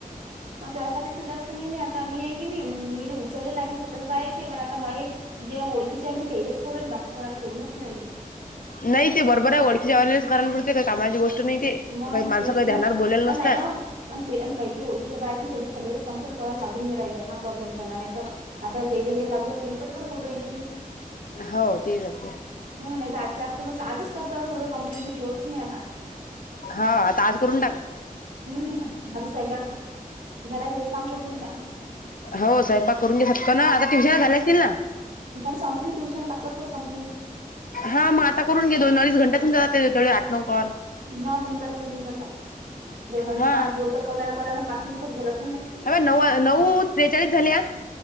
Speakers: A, on the right; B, on the left.
A: म्या साेस् हे नाही आता मी आहे की नाही मी उचलले लागेल सगळंच बाहायचे पण आता मय जे ओळखीचे आहे मी तेलच करुन राहिली. बाकी कोणाला करूनच नाही राहिली.
B: नाही ते बरोबर आहे ओळखीच्या वाल्याचं करायला पुडते कामाची गोष्ट नाही ती
A: मग
B: काही माणसं
A: तेच
B: काही
A: ना
B: ध्यानावर बोलंलेली नसत्यात.
A: नाही ना आणि ते काही की ओळखीच्या बाहेर आहेत सगळे संपेल न कोणाला लागून नाही राहिले आहेत. प्रॉब्लेम झाला नाहीतर, आता तेल ते लागून राहिला आता तेलकट कुठ करून राहिली ही.
B: हो ते चालते
A: हो नाही तर आज जास्त म आजच करतो आ सगळं कं्प्लेट मी ठेवतच नाही आता
B: हा आता आज करून टाक
A: हम्म अ सायपाक झाला वेस काम कडतनला
B: हो साहेबबा करून घ्या सत का ना आता ट्युशनला झाला असतीलल ना
A: झा संपली ट्युशन पाच वाजताच संपली.
B: हा मग आता करून घे दोन अडीच घंटातून जात तेव आठ नऊ कॉल
A: हा होऊन जात होऊन जात दोन वेळेस
B: हा
A: बाद बोलत कोणा कोणाला पाच मिनिटच बोलत
B: ह नऊ नऊ त्रेचाळीस झाले